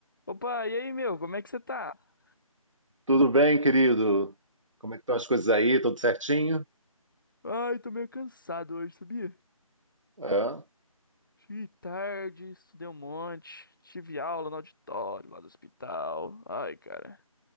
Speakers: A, on the left; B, on the right.
A: Opa, e aí, meu? Como é que você tá?
B: Tudo bem, querido? Como é que estão as coisas aí? Tudo certinho?
A: Ai, tô meio cansado hoje, sabia?
B: É?
A: Cheguei tarde, estudei um monte, tive aula no auditório lá do hospital. Ai, cara,